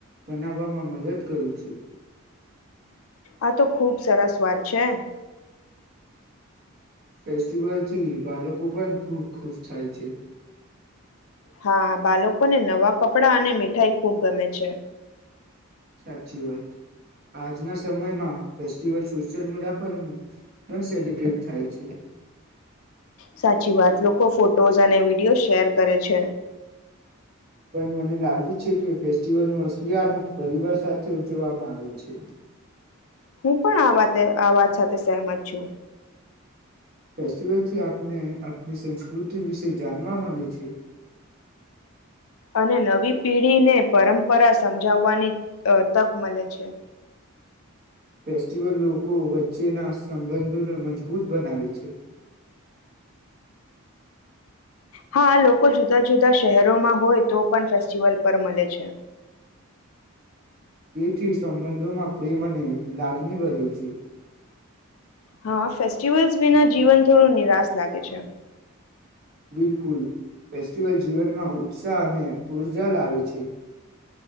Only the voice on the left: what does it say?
આ તો ખુબ સરસ વાત છે
હા બાળકોને નવા કપડાં અને મીઠાઈ ખૂબ ગમે છે
સાચી વાત લોકો ફોટોઝ અને વિડિયોઝ શેર કરે છે
હું પણ આ વાતે આવાત સાથે સહેમત છું
અને નવી પેઢીને પરંપરા સમજાવવાની તક મળે છે
હા લોકો જુદા જુદા શહેરોમાં હોય તો પણ ફેસ્ટિવલ પર મળે છે
હા ફેસ્ટિવલ્સ વિના જીવન થોડું નિરાશ લાગે છે